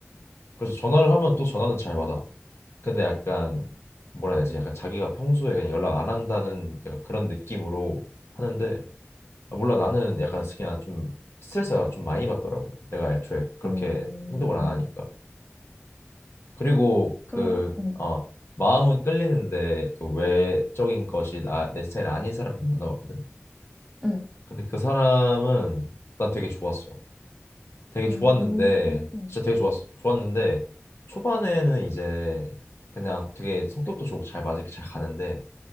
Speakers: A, on the left; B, in the centre.
A: 그래서 전화를 하면 또 전화는 잘 받아. 근데 약간 뭐라 해야 되지? 약간 자기가 평소에 그냥 연락 안 한다는 약간 그런 느낌으로 하는데 아, 몰라 나는 약간 그냥 좀 스트레스가 좀 많이 받더라고. 내가 애초에 그렇게
B: 음,
A: 행동을 안 하니까. 그리고 그
B: 그럼, 음,
A: 어, 마음은 끌리는데 그 외적인 것이 나 내 스타일 아닌 사람도 만나봤거든.
B: 음,
A: 근데 그 사람은 난 되게 좋았어. 되게 좋았는데
B: 음,
A: 진짜 되게 좋았 좋았는데 초반에는 이제 그냥 되게 성격도 좋고 잘 맞을 게잘 가는데